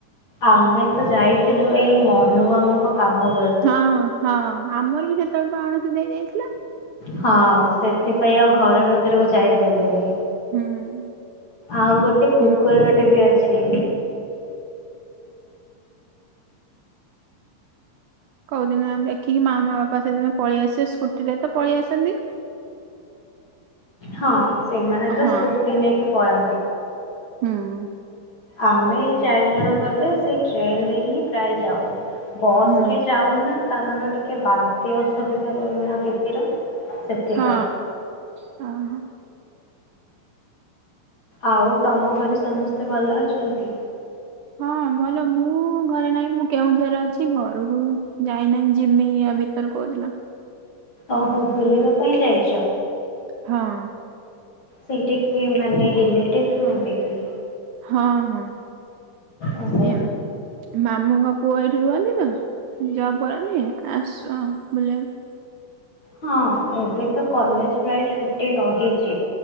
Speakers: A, on the left (about 40°); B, on the right (about 75°).
A: ଆମେ ତ ଯାଇଥିଲୁ, ଏଇ ମନୁ ମାମୁଁଙ୍କ କାମ ବେଳୁ
B: ହଁ ହଁ, ଆମର୍ ବି ସେତେବେଳେ ପା ଅଣସୁଦିଆ ହେଇ
A: ହଁ, ସେଥିପାଇଁ ଆଉ ଘର ଭିତରୁକୁ ଯାଇ ପାର୍ଲୁନି।
B: <inaudible>
A: ଆଉ ଗୋଟେ କୁକୁର
B: ମା
A: ବି ଅଛି।
B: କଉ ଦିନ ଦେଖିକି ମାମା-ବାପା ସେଦିନ ପଳେଇ ଆସିବେ, ସ୍କୁଟିରେ ତ ପଳେଇ ଆସନ୍ତି।
A: ହଁ, ସେମାନେ ତ
B: ହଁ
A: ସ୍କୁଟି ନେଇକି ପଳା
B: <inaudible>
A: ଆମେ ଏଇ ଚାରି ଜଣ ଗଲେ, ସେଇ ଟ୍ରେନ୍‌ ରେ ହିଁ ପ୍ରାୟେ ଯାଉ। ବସ୍
B: ହୁଁ
A: ରେ ଯାଉନା, କାରଣ ଟିକେ ବାନ୍ତି ଅସୁବିଧା ରୁହେ ମୋ ଦିଦିର। ସେଥିପାଇଁ
B: ହଁ, ତ ହଁ।
A: ଆଉ ତୋମ ଘରେ ସମସ୍ତେ ଭଲ ଅଛନ୍ତି?
B: ହଁ ଭଲ, ମୁଁ ଘରେ ନାହିଁ ମୁଁ କେଉଁଝରରେ ଅଛି। ଛି ଘରକୁ ଯାଇ ନାହିଁ ଯିମି ୟା ଭିତରେ କୋଉଦିନ।
A: ଓହୋ, ବୁଲିବା ପାଇଁ ଯାଇଚ?
B: ହଁ।
A: ସେଇଟି କିଏ ମାନେ ରିଲେଟିଭ ରୁହନ୍ତି କି?
B: ହଁ, ହଁ
A: ଓହୋ
B: ସିଏ ମାମୁଁଙ୍କ ପୁଅ ଏଇଠି ରୁହନ୍ତି ତ। ଜବ୍ କରନ୍ତି ଆସିଚୁ ଆଉ ବୁଲିଆକୁ।
A: ହଁ ଏବେ ତ କଲେଜ୍ ପ୍ରାୟ ଛୁଟି ରହିଛି।